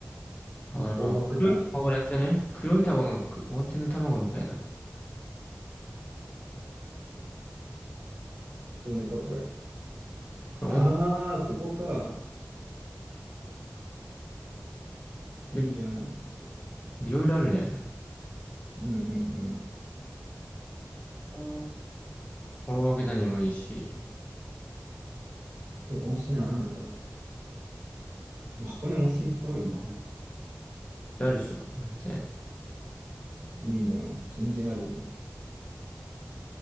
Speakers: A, on the left; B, on the right.
A: あの、
B: 大涌谷
A: 黒い卵のやつだね。黒い卵、く温泉の卵みたいな。
B: これか、これ。
A: これ温
B: ああ、ここか。いいじゃん。
A: 泉、
B: ちょ
A: いろいろあるね。
B: うんうんうん。
A: うん大涌谷もいいし、
B: ここ温泉あるのかな。箱根温泉いっぱいあるもんな。
A: あるでしょ、温泉。
B: いいじゃん。全然あるよ。